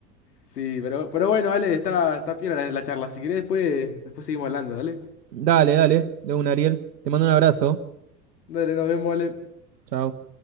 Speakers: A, on the left; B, on the right.
A: Sí, pero, pero bueno, Ale, está, está piola la, la charla. Si querés, después, después seguimos hablando, dale.
B: Dale, dale, de un Ariel. Te mando un abrazo.
A: Dale, nos vemos, Ale.
B: Chao.